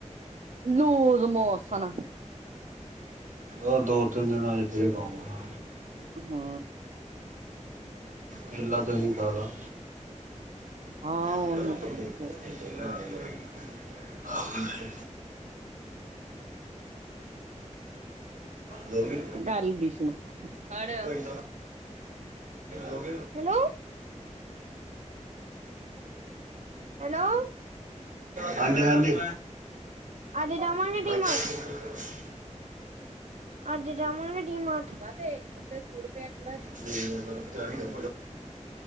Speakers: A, on the right; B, on the right.
A: ਲੂਜ਼ ਮੋਸਨ
B: ਓ ਦੋ ਤਿੰਨ ਦਿਨਾਂ ਦੇ ਕੇਲੇ ਖਾਊਗਾ।
A: ਹੂੰ।
B: ਕੇਲਾ ਦਹੀਂ ਖਾਲਾ।
A: ਹਾਂ ਉਹੀ
B: <inaudible>
A: ਖਾਂਦੇ
B: ਲੋਗੇ
A: ਘੱਲ ਦੀ ਇਸਨੂੰ, ਪੜ
B: ਕੋਈ ਤਾਂ ਲੋਗੇ
A: ਹੈਲੋ, ਹੈਲੋ
B: ਹਾਂਜੀ-ਹਾਂਜੀ।
A: ਅੱਜ ਜਾਵਾਂਗੇ ਡੀ
B: <inaudible>
A: ਮਾਰਟ ਅੱਜ ਜਾਵਾਂਗੇ ਡੀਮਾਠ, ਕਾਤੇ ਔਥੇ ਗੁੜ ਪਿਐ ਥੋੜਾ ਜਾ
B: <inaudible>